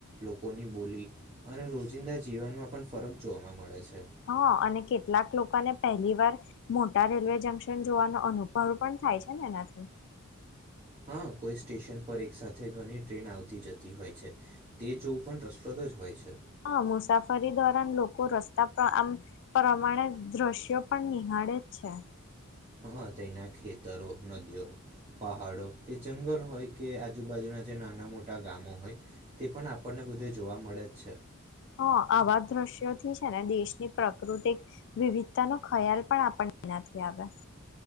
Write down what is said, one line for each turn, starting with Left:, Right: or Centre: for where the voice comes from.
Right: લોકોની બોલી અને રોજિંદા જીવનમાં પણ ફરક જોવાવામાં મળે છે.
Left: હા અને કેટલાક લોકોને પહેલી વાર મોટા રેલવે જંક્શન જોવાનો અનુભવ પણ થાય છે ને એનાથી.
Right: હા કોઈ સ્ટેશન પર એક સાથે ઘણી ટ્રેન આવતી જતી હોય છે તે જોવું પણ રસપ્રદ જ હોય છે.
Left: હ મુસાફરી દોરાન લોકો રસ્તા પ્ર પ્રમાણે દ્રશ્યો પણ નિહાળે છે.
Right: હા તેના ખેતરો નદીઓ પહાડો કે જંગલ હોય કે આજુબાજુના જે નાના મોટા ગામો હોય તે પણ આપણને બધે જોવા મળે જ છે.
Left: હા આવા દ્રશ્યોથી છે ને દેશની પ્રાકૃતિક વિવિધતા નો ખ્યાલ પણ આપણને એનાથી આવે.